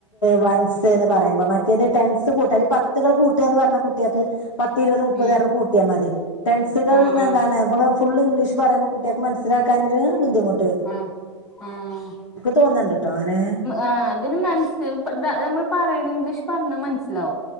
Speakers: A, on the left (about 70°); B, on the left (about 20°).
A: വൻസ് എന്ന് പറയുമ്പോ മറ്റേത് ടെൻസ് കൂട്ട അ പത്തുകൾ കൂട്ടുകന്ന് പറഞ്ഞ കുട്ടികൾക്ക് പത്തി ഇരുപത് മുപ്പത്
B: ഉം
A: കാരണം കൂട്ടിയാൽ മതി ടെൻസുകൾ
B: ആഹ് ആഹ്
A: എന്താണ് നമ്മള് ഫുൾ ഇംഗ്ലീഷ പറയുമ്പോ കുട്ടിയക്ക് മനസ്സിലാക്കാന ഒരു ബുദ്ധിമു
B: ആഹ് ആഹ്
A: തോന്ന്ണ്ട്ട്ടോ
B: <unintelligible>
A: അങ്ങനെ
B: ആഹ് പിന്ന മനസ് നമ്മൾ പറയണ ഇംഗ്ലീഷ് പറഞ്ഞ മനസ്സിലാവും